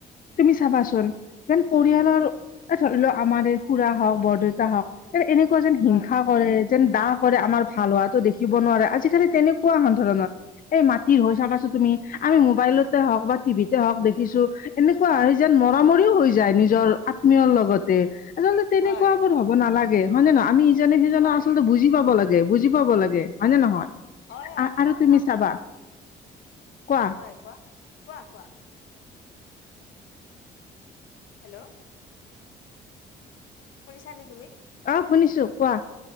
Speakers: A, on the left (about 45°); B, on the left (about 70°).
A: তুমি চাবাচোন যেন পৰিয়ালৰ এ ধৰি লোৱা আমাৰ এই খুৰা হওক, বৰদউতা হওক এনেকুৱা যেন হিংসা
B: হয়
A: কৰে। যেন দাহ কৰে আমাৰ ভাল হোৱাতটো দেখিব নোৱাৰে, আজিকালি তেনেকুৱা সাধাৰণত। এই মাত- হৈ চাবাছো তুমি আমি মোবাইলতে হওক বা টি ভিতে হওক দেখিছো এনেকুৱা হয় যেন মৰামৰিও হৈ যায় নিজৰ আত্মীয়ৰ লগতে। আচলতে তেনেকুৱাবোৰ
B: হয়
A: হ'ব নালাগে হয় নে নহয়? আমি ইজনে সিজনক
B: হয়
A: আচলতে বুজি পাব লাগে, বুজি পাব লাগে হয়নে নহয়?
B: হয় হয় সঁচা
A: আৰু
B: কথা
A: তুমি
B: আমিত
A: চাবা কোৱা?
B: হয় কোৱা? কোৱা, কোৱা? হেল্ল' শুনিছা নে তুমি?
A: অ শুনিছো কোৱা?